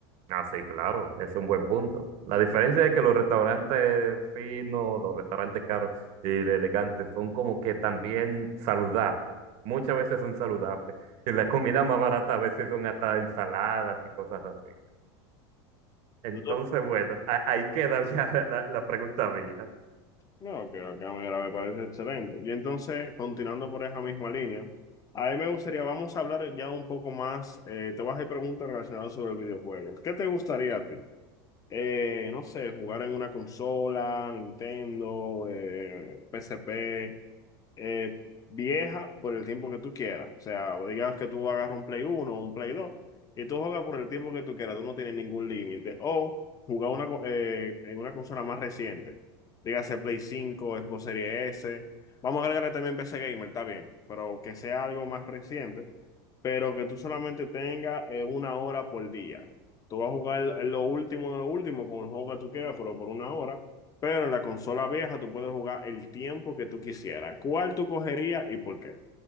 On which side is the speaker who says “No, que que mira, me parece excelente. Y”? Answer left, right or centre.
Left